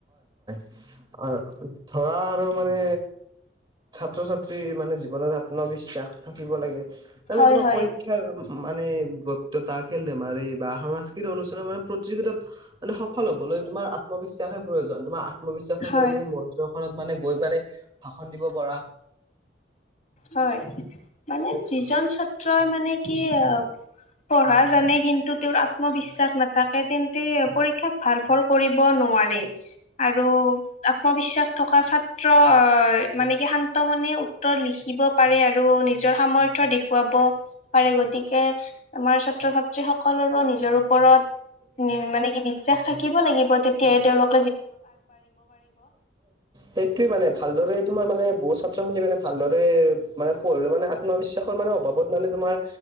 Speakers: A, on the right; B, on the left.
A: অ ধৰা আৰু মানে ছাত্ৰ ছাত্ৰী মানে জীৱনত আত্মবিশ্বাস থাকিব লাগে মানে
B: হয়
A: তোমাৰ
B: হয়
A: পৰীক্ষাৰ মানে বক্তয়তা খেল ধেমাৰি বা সাংস্কৃ- স অনুষ্ঠানৰ মানে প্ৰতিযোগিতাত মানে সফল হ'ব ন তোমাৰ আত্মবিশ্বাসে প্ৰয়োজন তোমাৰ আত্মবিশ্বাস থাকিবে
B: হয়
A: তুমি মঞ্চ খনত মানে গৈ পানে ভাষণ দিব পাৰা
B: হয় মানে যিজন ছাত্ৰই মানে কি আহ পঢ়া জানে কিন্তু তেওঁৰ আত্মবিশ্বাস নাথাকে তেন্তে পৰী ক্ষাত ভাল ফল কৰিব নোৱাৰে। আৰু আত্মবিশ্বাস থকা ছাত্ৰ আহ মানে কি শান্ত মনে উত্তৰ লিখি আৰু নিজৰ সামৰ্থয় দেখুৱাব পাৰে গতিকে আমাৰ ছাত্ৰ ছাত্ৰীসকল স নিজৰ ওপৰত মানে কি বিশ্বাস থাকিব লাগিব তেতিয়াহে তেওঁলোক
A: সেইটোয়ে মানে ভালদৰে তোমাৰ মানে বহুত ছাত্ৰ খিনি মানে ভালদৰে মানে পঢ়ো মানে আত্মবিশ্বাসৰ মানে অভাৱত মানে তোমাৰ